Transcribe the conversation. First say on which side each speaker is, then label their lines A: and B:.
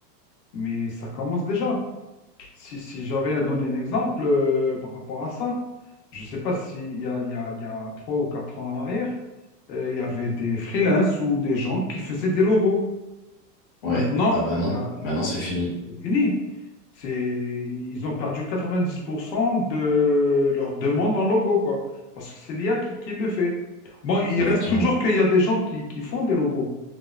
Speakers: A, on the left (about 80°); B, on the left (about 20°).
A: Mais ça commence déjà. Si, si j'avais à donner un exemple euh, par rapport à ça, je ne sais pas s'il y a, il y a, il y a trois ou quatre ans en arrière, euh, il y avait des freelances ou des gens qui faisaient des logos.
B: Ouais,
A: Maintenant,
B: ah bah
A: il
B: non,
A: y a
B: maintenant c'est fini.
A: C'est fini. C'est... Ils ont perdu 90% de leur demande en logo, quoi. Parce que c'est l'IA qui, qui le fait. Bon, il
B: Exactement.
A: reste toujours qu'il y a des gens qui, qui font des logos